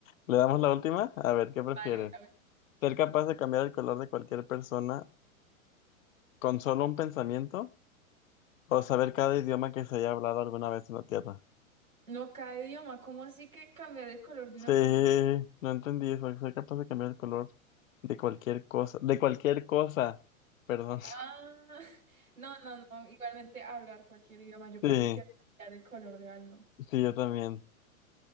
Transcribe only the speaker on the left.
¿Le damos la última? A ver, ¿qué prefieres?
Ser capaz de cambiar el color de cualquier persona con solo un pensamiento o saber cada idioma que se haya hablado alguna vez en la Tierra.
Sí,
no entendí eso. Ser capaz de cambiar el color de cualquier cosa. De cualquier cosa. Perdón.
<laughs>
Sí,
sí, yo también.